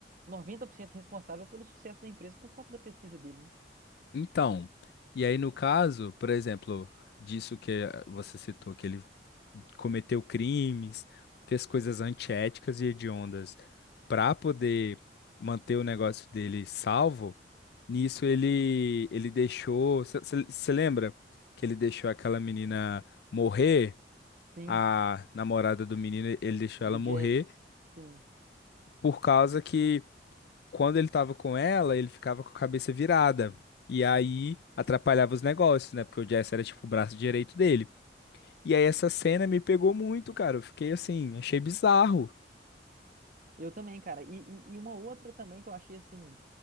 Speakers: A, on the right (about 50°); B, on the left (about 65°).
A: 90% responsável pelo sucesso da empresa por conta da pesquisa dele, né?
B: Então, e aí no caso, por exemplo, disso que eh, você citou, que ele cometeu crimes, fez coisas antiéticas e hediondas para poder manter o negócio dele salvo, nisso ele ele deixou, você lembra que ele deixou aquela menina morrer,
A: Sim,
B: a namorada do menino, ele deixou
A: do
B: ela morrer
A: Jesse. Sim.
B: por causa que quando ele tava com ela, ele ficava com a cabeça virada. E aí atrapalhava os negócios, né? Porque o Jesse era tipo o braço direito dele. E aí essa cena me pegou muito, cara. Eu fiquei assim, achei bizarro.
A: Eu também, cara. E, e, e uma outra também que eu achei assim,